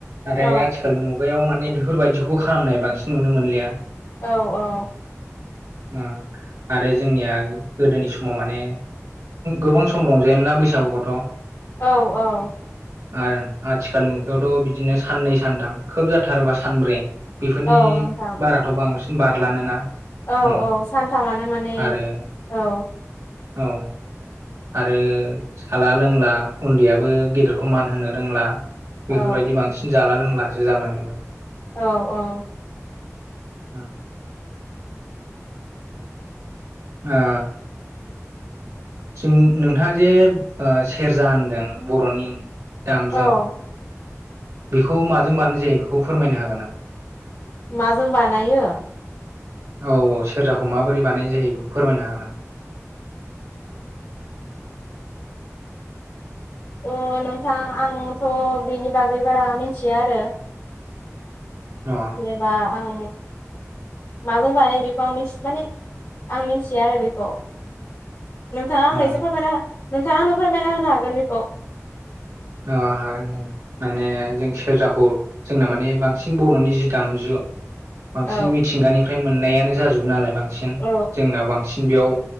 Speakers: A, on the right; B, on the left.
A: नाथाय
B: औ
A: आथिखालनि मुगायाव माने बेफोरबायदिखौ खालामनाय बांसिन नुनो मोनलिया।
B: औ औ।
A: उम आरो जोंनिया गोदोनि समाव माने गोबां सम रंजायोमोन ना बैसागुखौथ'?
B: औ औ।
A: आरो उम आथिखालनि मुगायावथ' बिदिनो साननै सानथाम खोब जाथारोबा सानब्रै बेफोरनि
B: औ नोंथां
A: बाराथ' बांसिन बारलानोना?
B: औ
A: उम
B: औ सानथामानो माने
A: आरो
B: औ।
A: औ आरो साला लोंला उन्दैयाबो गेदेरखौ मान होनो रोंला
B: औ
A: बेफोरबायदि बांसिन जाला लोंलासो जालांदोंमोन
B: औ औ
A: औ ओ जों नोंथाङा जे सेरजा होनदों बर'नि दामजु
B: औ
A: बेखौ माजों बानाय जायो बेखौ फोरमायनो हागोननामा,
B: माजों बानायो
A: औ औ सेरजाखौ माबोरै बानायनाय जायो बेखौ फोरमायनो हागोन नामा?
B: अ नोंथां आंथ' बिनि बागै बारा मिथिया आरो
A: अ
B: जेनेबा आं माजों बानायो बेखौ आंथि माने आं मिथिया आरो बेखौ नोंथांङा आंनो
A: अ
B: एसे फोरमायना नोंथांङा आंनो फोरमायना होनो हागोन बेखौ।
A: औ हागोन दे माने जों सेरजाखौ जोंना माने बांसिन बर'नि जि दामजु बांसिन
B: औ
A: मिथिंगानिफ्राय मोननायानो जाजोबो नालाय बांसिन
B: औ
A: जोंनाव बांसिन बेयाव